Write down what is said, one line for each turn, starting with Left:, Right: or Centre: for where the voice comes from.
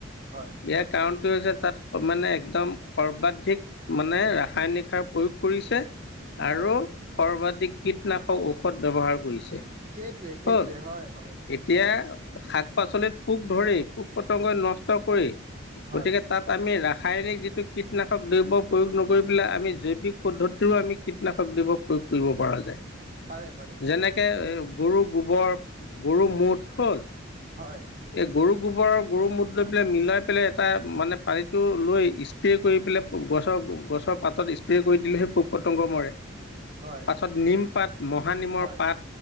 Right: হয়
Left: ইয়াৰ কাৰণ তাত মানে একদম সৰ্বাধিক মানে ৰাসায়নিক সাৰ প্ৰয়োগ কৰিছে
Right: হয়
Left: আৰু সৰ্বাধিক কীটনাশক ঔষধ ব্যৱহাৰ কৰিছে
Right: সেইটোৱে সেইটোৱে
Left: ক'ত
Right: হয় হয়
Left: এতিয়া শাক পাচলিত পোক ধৰি পোক পতংগই নষ্ট কৰি
Right: হয়
Left: গতিকে তাত আমি ৰাস শায়নক যিটো কীটনাশক দ্ৰব্য প্ৰয়োগ নকৰি পেলাই আমি জৈৱিক পদ্ধতিৰো আমি কীটনাশক দ্ৰৱ প্ৰয়োগ কৰিব পৰা যায়
Right: পাৰে পাৰে
Left: যেনেকে গৰু গোবৰ গৰু মুঠ হ'ল
Right: হয়।
Left: এই গৰু গোবৰ আৰু গৰু মুত লৈ পেলাই মিলাই পেলাই এটা মানে পানীটো লৈ স্প্ৰে কৰি পেলাই গছৰ গছৰ পাতত স্প্ৰে কৰি দিলে সেই পোক পতংগ মৰে
Right: হয়
Left: পাছত নিম পাত মহানিমৰ
Right: হয়
Left: পাত